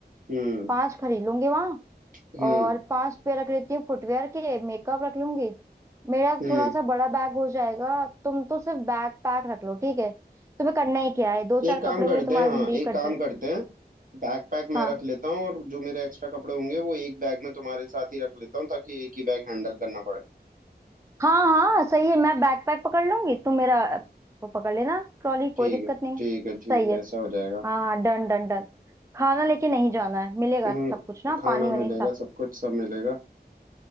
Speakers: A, on the right; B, on the right.
A: हम्म
B: पांच खरीद लूंगी वहां
A: हम्म
B: और पांच पेयर रख लेती हूँ फुटवेयर के मेकअप रख लूंगी मेरा
A: हम्म
B: थोड़ा सा बड़ा बैग हो जाएगा तुम तो सिर्फ बैग पैक रख लो ठीक है तुम्हें करना ही क्या है दो चार
A: एक काम
B: कपड़े
A: करते
B: में तुम्हारी
A: हैं हाँ
B: जिंदगी
A: एक
B: कट
A: काम
B: जाए
A: करते हैं बैकपैक
B: हाँ
A: मैं रख लेता हूँ और जो मेरे एक्स्ट्रा कपड़े होंगे वो एक बैग में तुम्हारे साथ ही रख लेता हूँ ताकि एक ही बैग हैंडल करना पड़े
B: हाँ हाँ सही है मैं बैकपैक पकड़ लूंगी तुम मेरा वो पकड़ लेना ट्रॉली कोई
A: ठीक
B: दिक्कत
A: है
B: नहीं
A: ठीक है ठीक
B: सही
A: है
B: है
A: ऐसा हो जाएगा
B: हाँ डन डन डन खाना लेके नहीं जाना है मिलेगा
A: हम्म,
B: सब कुछ ना
A: खाना
B: पानी
A: मिलेगा
B: वानी सब
A: सब कुछ सब मिलेगा